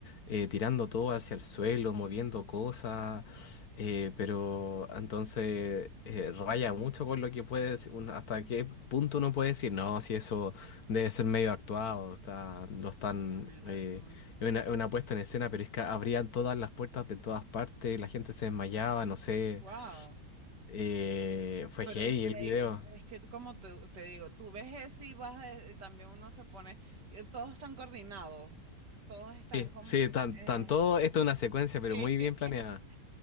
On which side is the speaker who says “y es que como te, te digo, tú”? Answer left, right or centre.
Right